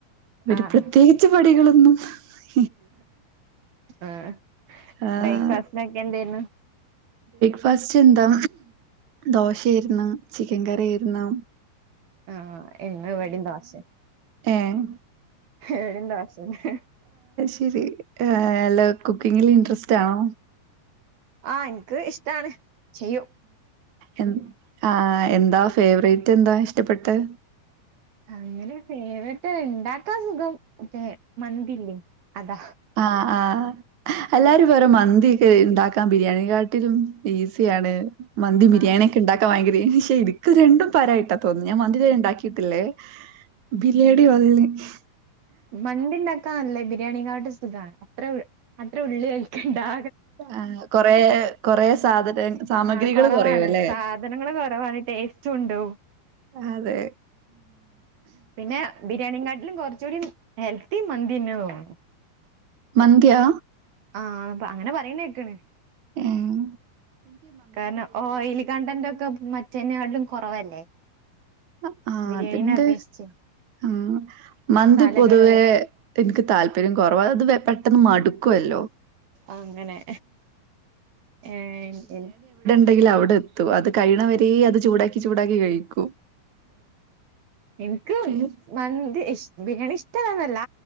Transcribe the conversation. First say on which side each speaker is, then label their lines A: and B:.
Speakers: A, on the right; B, on the right.
A: <unintelligible>
B: ആഹ്
A: പ്രത്യേകിച്ച് പണികളൊന്നു <unintelligible>
B: ആഹ്
A: ആഹ്
B: ബ്രേക്ക്ഫാസ്റ്റിനൊക്കെ എന്തേര്ന്നു?
A: ഫസ്റ്റ് എന്താ ദോശായിര്ന്നു ചിക്കൻ കറിയായിര്ന്നു.
B: ആഹ് ഇന്ന് വടിം ദോശേ
A: ഏഹ്
B: ഇവടിം ദോശെന്നെ.
A: <unintelligible> അ് അല്ല കുക്കിങ്ങില് ഇൻട്രസ്റ്റാണോ?
B: ആഹ് ഇൻക്ക് ഇഷ്ടാണ്. ചെയ്യും.
A: എ ആഹ് എന്താ ഫേവറേറ്റെന്താ ഇഷ്ടപ്പെട്ടെ
B: അങ്ങനെ ഫേവററ്റ് ഇണ്ടാക്കാ സുഖം മറ്റേ മന്തില്ലേ അതാ
A: ആഹ് ആഹ് അല്ലാരും പറിം മന്തിക്കെ ഇണ്ടാക്കാൻ ബിരിയാണി കാട്ടിലും ഈസിയാണ്. മന്തിം ബിരിയാണിയെക്കെ
B: ആഹ്
A: ഇണ്ടാക്കാ ഭയങ്കര <unintelligible> പക്ഷേ ഇൻക്ക് രണ്ടും പാരയിട്ടാ തോന് ന്ന ഞാൻ <unintelligible> ഉണ്ടാക്കിയിട്ടില്ലേ? ബിരിയാണി <unintelligible>
B: മന്തിണ്ടാക്കാനല്ലേ ബിരിയാണി കാട്ടിലും സുഖാണ് അത്ര ഉ അത്ര ഉള്ള് ദാ
A: ആ കൊറെ കൊറെ സാധന സാമഗ്രികൾ
B: ആഹ് കൊറവാണ്
A: കൊറയു അല്ലെ,
B: സാധനങ്ങള് കൊറവാണ് ടേസ്റ്റുണ്ടാവും
A: അതെ.
B: പിന്നെ ബിരിയാണികാട്ടിലും കുറച്ചൂടി ഹെൽത്തി മന്തിന്നെ തോന്നുന്നു.
A: മന്ത്യാ
B: ആ അത അങ്ങനെ പറയുന്നേക്കണ്.
A: ഏം
B: കാരണം, ഓയലികണ്ടന്റൊക്കെ മറ്റനേകാട്ടിലും കുറവല്ലേ?
A: <unintelligible> ആ
B: ബിരിയാണീനെ
A: അതിന്റെ
B: അപേക്ഷിച്ച്
A: ആ മന്തി
B: മസാലകള്
A: പൊതുവേ എനിക്ക് താല്പര്യം കുറവാ അത് പെട്ടെന്ന് മടു ക്കുവല്ലോ?
B: അങ്ങനെ ഏ എ
A: ഉണ്ടെങ്കിൽ അവിടെ എത്തും, അത് കഴിണവരേ അത് ചൂടാക്കി ചൂടാക്കി കഴിക്കും.
B: എനിക്ക്
A: പിന്നെ
B: മന്തി ഇഷ് ബിരിയാണി ഇഷ്ടല്ലന്നല്ല.